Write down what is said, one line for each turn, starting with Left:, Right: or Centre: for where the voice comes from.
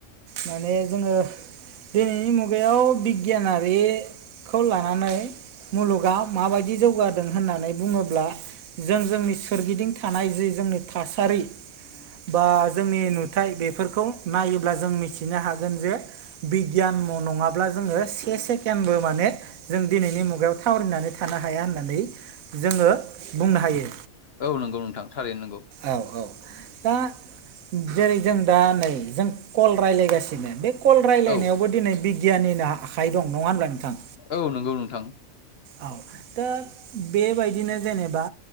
Right: माने जोङो दिनैनि मुगायाव बिगियानारि खौ लानानै मुलुगा माबायदि जौगादों होननानै बुङोब्ला जों जोंनि सोरगिदिं थानाय जि जोंनि थासारि बा जोंनि नाथाय बेफोरखौ नायोब्ला जों मिथिनो हागोन जे बिगियान नङाब्ला जोङो से सेकेन्दडबो माने जों दिनैनि मुगायाव थावरिनानै थानो हाया होननानै जोङो बुंनो हायो
Left: औ नंगौ नोंथां थारैनो नोंगौ
Right: औ औ दा जेरै जों दा नै जों कल रायज्लायगासिनो बे कल रायलायावबो
Left: औ
Right: दिनै बिगियाननिनो आखाइ दं नङा होनब्ला नोंथां
Left: औ नंगौ नोंथां
Right: औ दा बेबायदिनो जेनेबा